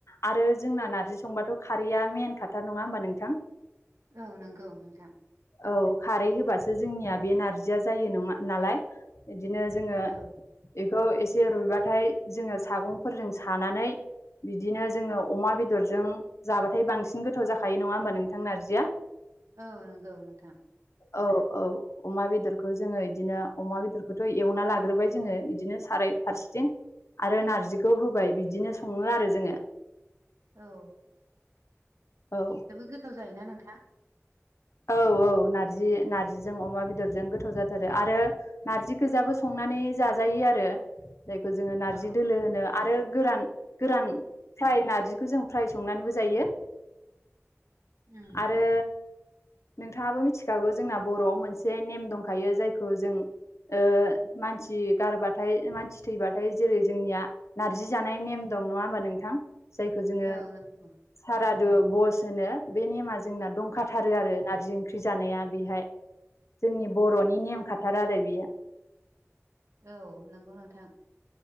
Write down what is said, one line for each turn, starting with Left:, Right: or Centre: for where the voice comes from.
Left: आरो जोंना नार्जि संबाथ' खारैया मेन खाथार। नंङा होमबा नोंथां?
Right: औ नंगौ नोंथां।
Left: औ खारै होबासो जोंनिया बे नारजिया जायो नङा नालाय। इदिनो जोङो
Right: औ
Left: एखौ एसे रुइबाथाय जोंङो सागंफोरजों सानानै बिदिनो जोङो अमा बेदरजों जाबाथाय बांसिन गोथाव जाखायो नङा होमबा नोंथां नारजि जिया
Right: औ नंगौ नोंथां।
Left: औ औ अमा बेदरखौ जोङो इदिनो अमा बेदरखौथ' एवना लाग्रोबाय जोङो बिदिनो साराय फारसेथिं। आरो नारजिखौ होबाय बिदिनो सङो आरो जोङो।
Right: औ।
Left: औ
Right: जोबो गोथाव जायोना नोंथां।
Left: औ औ नारजि नारजिजों अमा बेदरजों गोथाव जाथारो आरो नार्जि गोजाबो संनानै जाजायो आरो जायखौ जोंङो नारजि
Right: औ
Left: दोलो होनो आरो गोरान गोरान फ्राय नार्जिखौ जों फ्राय संनानैबो जायो।
Right: उम
Left: आरो नोंथाङाबो मिथिखागौ जोंना बर'आव मोनसे नेम दंखायो जायखौ जों ओ मानसि गारबाथाय मानसि थैबाथाय जेरै जोंनिया नारजि जानाय नेम दं नङा होमबा नोंथां? जायखौ जोङो
Right: औ नंगौ
Left: सारादु बस होनो। बे नेमा जोंना दंखाथारो आरो नारजि ख्रि जानाया बेहाय जोंनि बर'नि नेम खाथार आरो बियो।
Right: औ नंगौ नोंथां।